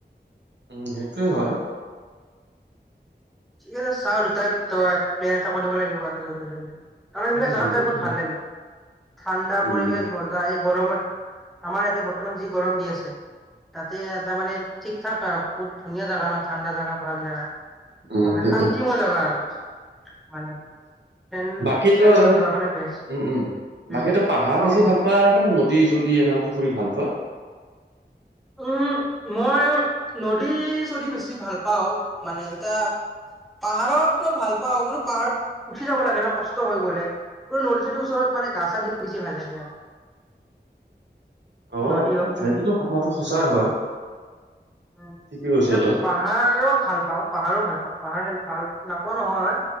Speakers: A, on the right; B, in the centre.
A: উম সেইটোৱে হয়।
B: ঠিক আছে চাও আৰু তাই তই প্লেন এটা কৰিব লাগিব আৰু জল্দি জল্দি। তাৰ মানে এইবিলাক
A: উম
B: জগাত
A: সেইটোৱে
B: যাই বহুত ভাল লাগে ঠাণ্ডা
A: উম
B: পৰিৱেশ মজা এই। গৰমত আমাৰ ইয়াতে বৰ্তমান যি গৰম দি আছে তাতে তাৰ মানে ঠিক ঠাক আৰু। ধুনীয়া জাগা ন ঠাণ্ডা জাগা ভাল জাগা।
A: উম
B: মানে
A: ঠিকে
B: শান্তিমই জাগা আৰু। মানে ট্ৰেইন
A: বাকী তই
B: চেইন লৈ যোৱাৰ কাৰণে বেষ্ট
A: উম উম বাকী
B: উম
A: তই পাহাৰ
B: ক
A: বেছি
B: ক
A: ভাল পাওঁ নে। দি যদি এনেকুৱা পুখুৰী ভাল পোৱা।
B: উম মই নদী চদি বেছি ভাল পাওঁ মানে এতিয়া পাহাৰতো ভাল পাওঁ কোনো পাহাৰত উচি যাব লাগে ন কষ্ট হৈ গলে কোনো নদী চদীৰ ওচৰত মানে গা চা ধ বেছি ভাল লাগে আৰু
A: অ
B: নদী হওক
A: আচ্ছা এইটোতো কথাটো সঁচাই হয়
B: উ
A: ঠিকে কৈছ
B: এয়া
A: তই
B: পাহাৰো ভাল পাওঁ পাহাৰো ভাল পাওঁ পাহাৰ খ ভাল নাপোৱা নহয় হয়